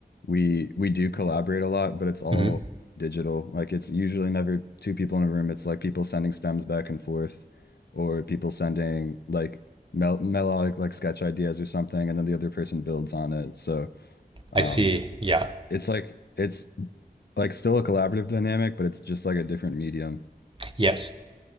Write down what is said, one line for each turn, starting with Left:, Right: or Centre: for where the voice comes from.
Left: we we do collaborate a lot, but it's all
Right: Mm-hmm.
Left: digital. Like it's usually never two people in a room. It's like people sending stems back and forth or people sending like mel melodic like sketch ideas or something and then the other person builds on it. So, um
Right: I see. Yeah.
Left: it's like it's like still a collaborative dynamic, but it's just like a different medium.
Right: Yes.